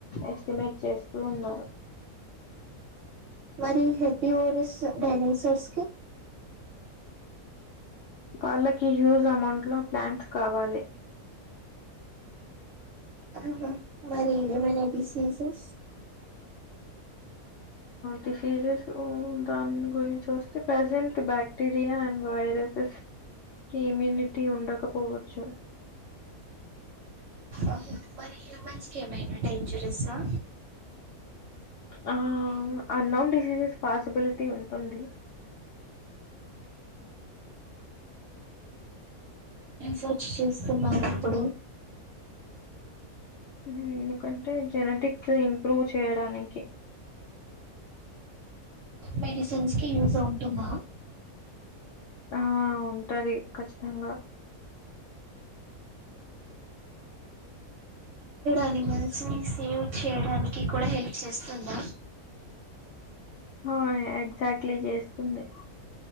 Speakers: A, on the left; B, on the right.
A: ఎస్టిమేట్ చేస్తూ ఉన్నారు
B: మరి హెపీ ర్స్ డైనిసర్స్ కి
A: వాళ్ళకి హ్యూజ్ అమౌంట్ లో ప్లాంట్స్ కావాలి
B: ఆహ మరి ఏమైన డిసీజెస్
A: డిసీజెస్సు ఉ దాని గురించి ఓస్తే present bacteria and viruses immunity ఉండకపోవోచ్చు
B: ఓకే మన ఉమెన్స్ కి డేంజరస్ ఆ
A: ఆ అన్నోన్ డిసీజెస్ పాసిబిలిటీ ఉంటుంది
B: సర్చ్ <unintelligible> చేస్తున్నాన్ ఇప్పుడు
A: ఊమ్ ఎందుకంటే జెనటిక్స్ ఇంప్రూవ్ చేయడానికి
B: మెడిసిన్స్ కి యూజ ఉంటుందా
A: ఆ ఉంటాది ఖచ్చితంగా
B: అనిమల్స్ సేవ్ చేయ్డానికి కూడా హెల్ప్ చేస్తుందా
A: ఆ ఎగ్జాక్ట్లీ చేస్తుంది